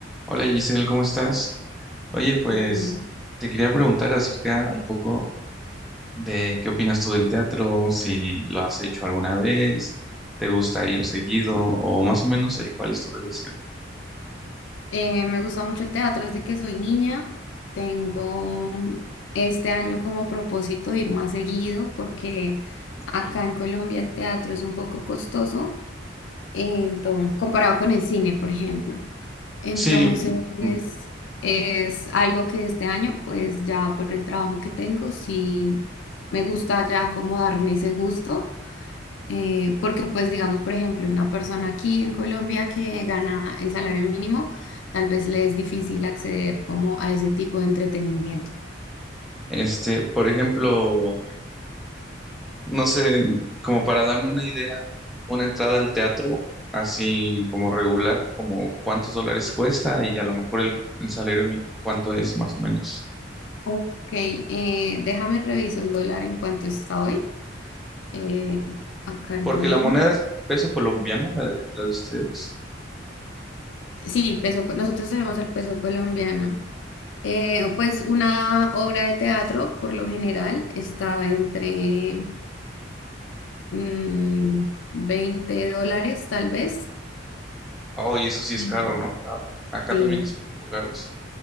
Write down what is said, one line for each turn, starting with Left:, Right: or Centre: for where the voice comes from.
Centre: Hola Giselle, ¿cómo estás? Oye, pues
Left: Ujú.
Centre: te quería preguntar acerca un poco de qué opinas tú del teatro, si lo has hecho alguna vez, te gusta ir seguido o más o menos ahí, ¿cuál es tu relación?
Left: Eh, me gusta mucho el teatro desde que soy niña. Tengo mm, este año como propósito ir más seguido porque acá
Centre: Okay,
Left: en Colombia el teatro es un poco costoso, entonces,
Centre: okay.
Left: comparado con el cine, por ejemplo. Entonces,
Centre: Sí, mm,
Left: es, es algo que este año, pues ya por el trabajo que tengo, sí me gusta ya como darme ese gusto Eh, porque pues digamos, por ejemplo, una persona aquí en Colombia que gana el salario mínimo, tal vez le es difícil acceder como a ese tipo de entretenimiento.
Centre: este, por ejemplo, no sé, como para darme una idea, una entrada al teatro, así como regular, como cuántos dólares cuesta y a lo mejor el, el salario mínimo, cuánto es más o menos.
Left: Ok, eh, déjame reviso el dólar en cuanto está hoy, eh, acá en
Centre: Porque
Left: Colombia.
Centre: la moneda es peso colombiano, la de, la de ustedes.
Left: Sí, peso, co- nosotros tenemos el peso colombiano. Eh, pues una obra de teatro por lo general está entre mm, 20 dólares tal vez.
Centre: Oh, y eso sí es
Left: Mm.
Centre: caro, ¿no? A- Acá
Left: Sí.
Centre: también es un poco caro, sí.